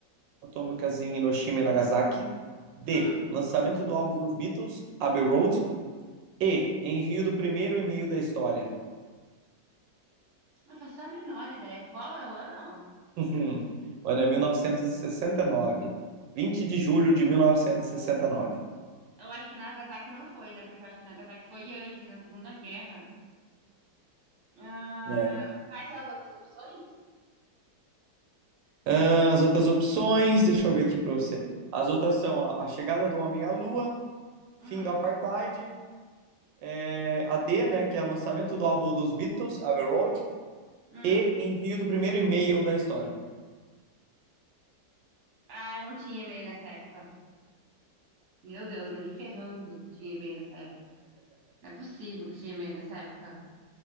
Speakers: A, on the right; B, on the right.
A: atômicas em Hiroshima e Nagasaki. D.
B: hum,
A: Lançamento do álbum dos Beatles, Abbey Road. E. Envio do primeiro e-mail da história.
B: não faço a menor ideia. Qual é o ano?
A: <laughs> Mano, é 1969, 20 de julho de 1969.
B: Eu acho que Nagasaki não foi, né? Porque eu acho que Nagasaki foi antes, na Segunda Guerra. Ah,
A: É.
B: quais são as outras opções?
A: Ah, as outras opções, deixa eu ver aqui pra você. As outras são a, a chegada do homem à lua,
B: Hum,
A: fim do apartheid, é, a D, né, que é o lançamento do álbum dos Beatles, Abbey Road,
B: hum.
A: e envio do primeiro e-mail da história.
B: Ah, não tinha e-mail nessa época. Meu Deus, nem ferrando que tinha e-mail nessa época. Não é possível que tinha e-mail nessa época.